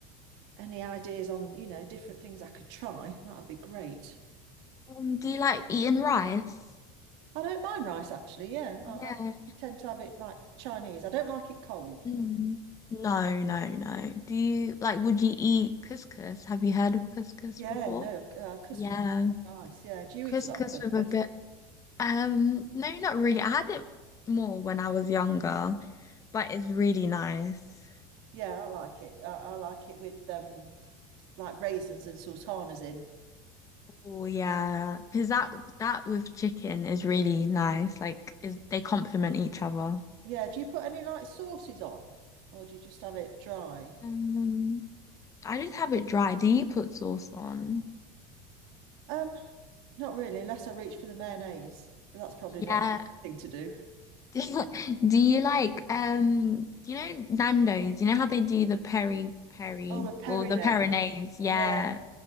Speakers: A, on the right; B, on the left.
A: any ideas on you know different things I could try, that'd be great.
B: um, do you like eating rice?
A: I don't mind rice actually. Yeah, I,
B: Yeah.
A: I tend to have it like Chinese. I don't like it cold.
B: Mm. No, no, no. Do you like, would you eat couscous? Have you heard of couscous
A: Yeah,
B: before?
A: no, uh, couscous
B: Yeah,
A: is quite nice. Yeah, do you
B: couscous
A: eat a lot of couscous?
B: with a bit. Um, no, not really. I had it more when I was younger, but it's really nice.
A: Yeah, I like it. I, I like it with um like raisins and sultanas in.
B: Oh yeah, because that that with chicken is really nice. Like, is they complement each other.
A: Yeah, do you put any like sauces on, or do you just have it dry?
B: Um, I just have it dry. Do you put sauce on?
A: Um, not really, unless I reach for the mayonnaise. That's probably not
B: Yeah.
A: the thing to do.
B: <laughs> Do you like um? Do you know Nando's? You know how they do the peri peri
A: Oh, the perinade.
B: or the peronaise? Yeah.
A: Yeah,